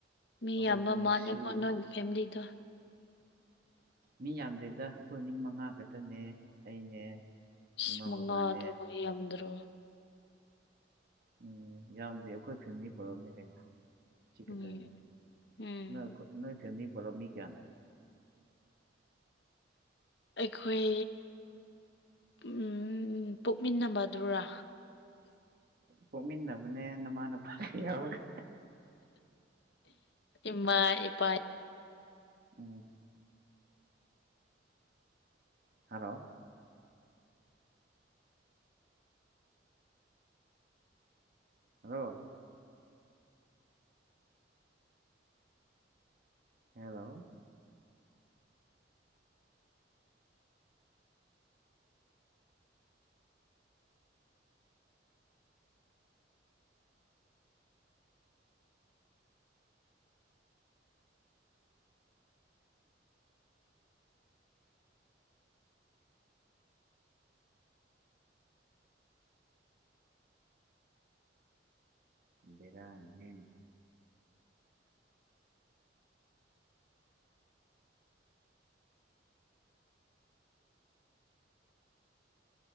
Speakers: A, on the left; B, on the right.
A: ꯃꯤ
B: ꯑꯩꯈꯣꯏꯗꯣ
A: ꯌꯥꯝꯕ
B: ꯉꯁꯤ
A: ꯃꯥꯜꯂꯦꯀꯣ ꯅꯣꯏ ꯐꯦꯃꯥꯂꯤ ꯗꯣ
B: ꯃꯤ ꯌꯥꯝꯗꯦꯗ ꯑꯩꯈꯣꯏ ꯃꯤ ꯃꯉꯥ ꯈꯛꯇꯅꯦ ꯑꯩꯅꯦ
A: ꯏꯁ
B: ꯏꯃꯥ
A: ꯃꯉꯥ
B: ꯕꯕꯥꯅꯦ
A: ꯑꯗꯨ ꯃꯤ ꯌꯥꯝꯗ꯭ꯔꯣ
B: ꯎꯝ ꯌꯥꯝꯗꯦ ꯑꯩꯈꯣꯏ ꯐꯦꯃꯤꯂꯤ ꯄꯨꯂꯞꯅꯦ ꯀꯩꯅꯣ ꯁꯤ
A: ꯎꯝ
B: ꯈꯛꯇꯅꯦ
A: ꯎꯝ
B: ꯅꯣꯏꯈꯣꯏ ꯅꯣꯏ ꯐꯦꯃꯤꯂꯤ ꯄꯨꯂꯞ ꯃꯤ ꯀꯌꯥꯅꯣ
A: ꯑꯩꯈꯣꯏ ꯎꯝ ꯄꯣꯛꯃꯤꯟꯅꯕꯗꯨꯔꯥ
B: ꯄꯣꯛꯃꯤꯟꯅꯕꯅꯦ ꯅꯃꯥ ꯅꯄꯥ ꯌꯥꯎꯔꯒꯥ
A: ꯏꯃꯥ ꯏꯄꯥ
B: ꯎꯝ ꯍꯜꯂꯣ ꯍꯜꯂꯣ ꯍꯦꯜꯂꯣ ꯕꯦꯔꯅꯤꯅꯦ